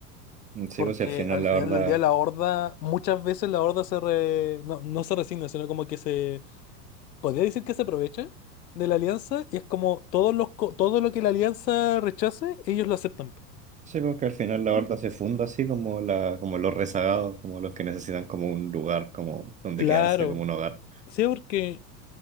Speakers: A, on the right (about 15°); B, on the left (about 80°).
A: Mm, Sí,
B: Porque
A: pues y al final
B: al
A: la
B: final
A: Horda,
B: del día la horda, muchas veces la horda se re- no, no se resigna, sino como que se, podría decir que se aprovecha de la alianza y es como todos los, co- todo lo que la alianza rechace, ellos lo aceptan.
A: sí, pues que al final la Horda se funda así como la, como los rezagados, como los que necesitan como un lugar, como donde
B: Claro,
A: quedarse, como un hogar.
B: sí, porque